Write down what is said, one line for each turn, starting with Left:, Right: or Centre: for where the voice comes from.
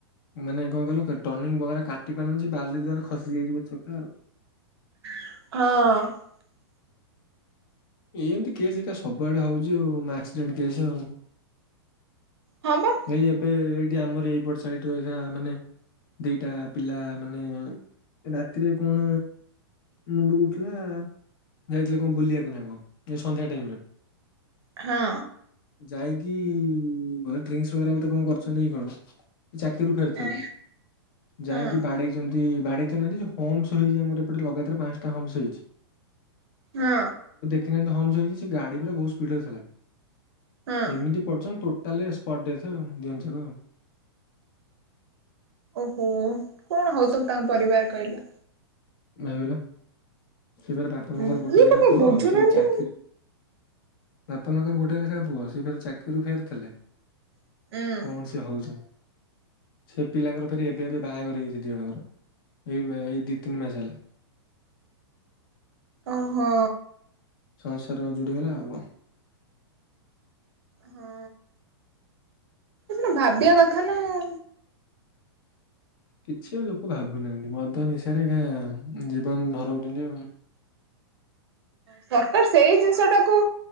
Left: ମାନେ କଣ କହିଲ ଟର୍ନିଂ ବଗ କାଟି ପାରିଲ ବାଲି ଦଵରେ ଖସି ଯାଇଯିବ ଚକା ଆଉ।
Right: ହଁ।
Left: ଏମିତି କେସ୍ ଏକା ସବୁଆଡେ ହଉଛି ହଉ ଆକ୍ସିଡେଣ୍ଟ କେସ୍ ଆଉ
Right: ହଁ ବା
Left: ଏଇ ଏବେ ଏଇ ଯ ଆମର ଏଇପଟ ସାଇଡରେ ରହିବା ମାନେ ଦିଟା ପିଲା ମାନେ ରାତିରେ କଣ ମୁଣ୍ଡକୁ ଉଠିଲା ଯାଇଥିଲେ କଣ ବୁଲିବାକୁ ନାଁ କଣ ସନ୍ଧ୍ୟା ଟାଇମରେ
Right: ହଁ
Left: ଯାଇକି ଘ ଡ୍ରିଙ୍କସ ବରା ବେ କଣ କରୁଛନ୍ତି କଣ ଚାକିରିରୁ ଫେରୁଥିଲେ
Right: ହଁ
Left: ଯାଇକି
Right: ହଁ
Left: ବାଡେଇଛନ୍ତି। ବାଡେଇତ ନାହାନ୍ତି ଜଉ ହମ୍ପସ ହେଇଛି ଆମର ଏପଟେ ଲଗାତାର ପାଞ୍ଚଟା ହମ୍ପସ ହେଇଛି।
Right: ହଁ,
Left: ଏ ହମସ ହେଇଛି ସେ ଗାଡି ପୁରା ବହୁତ ସ୍ପିଡ ରେ ଥିଲା।
Right: ହଁ
Left: ଏମିତି ପଡଛନ୍ ତୋ ତାଲେ ପର୍ ଡେ ତ ଜିନ୍ସ କ
Right: ଓହୋ କଣ ହଉ ତମ ତମ ପରିବାର କହିଲ
Left: ନାଇଁଗଲ। ସିଏ ଫେରେ ବାପା ମାଙ୍କର
Right: ଉଁ
Left: ଗୋଟେ
Right: ଇଏ
Left: ଲେଖା
Right: ତ କେହି
Left: ପୁଅ
Right: ବୁଝୁନାହାନ୍ତି
Left: ସିଏ ଚାକିରି ବାପା ମାଙ୍କର ଗୋଟେ ଲେଖାଏ ପୁଅ ସେଫେରେ ଚାକିରିରୁ ଫେରିଥିଲେ।
Right: ଆଉ।
Left: କଣ ସେ ହଉଛନ ସେ ପିଲାଙ୍କର ଫରି ଏବେ
Right: ଉଁ
Left: ବାହାଘର ହେଇଛି। ଦିଦି ଜଣଙ୍କର ଏଇ ଏଇ ଦି ତିନି ମାସ ହେଲା।
Right: ଓ ହୋ,
Left: ସମସ୍ୟାର ଯୁଡିଗଲା ଆ କ
Right: ହଁ ସେ ଭାବିବା କଥା ନା
Left: କିଛି ଲୋକ ଭାବୁନାହାନ୍ତି ମଦ ନିଶାରେ ଜୀବନ ଧରଉଛନ୍ତି ଆଉ।
Right: ସରକାର ସେଇ ଜିନିଷ ଟାକୁ